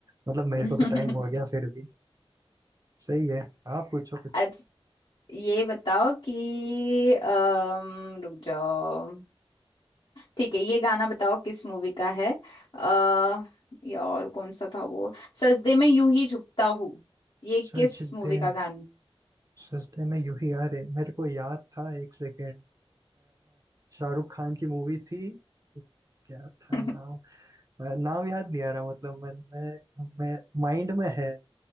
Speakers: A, on the right (about 35°); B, on the left (about 60°).
A: मतलब मेरे
B: <laughs>
A: को तो टाइम हो गया फिर भी सही है आप पूछो कुछ
B: आज ये बताओ कि अम, रुक जाओ ठीक है ये गाना बताओ किस मूवी का है आ, यार कौन सा था वो सजदे में यूं ही झुकता हूँ ये
A: सजदे
B: किस मूवी का गाना
A: सजदे में यूं ही आ रहे मेरे को याद था एक सेकेंड शाहरुख खान की मूवी थी क्या था
B: <laughs>
A: नाम अ, नाम याद नहीं आ रहा मतलब मन में मैं माइंड में है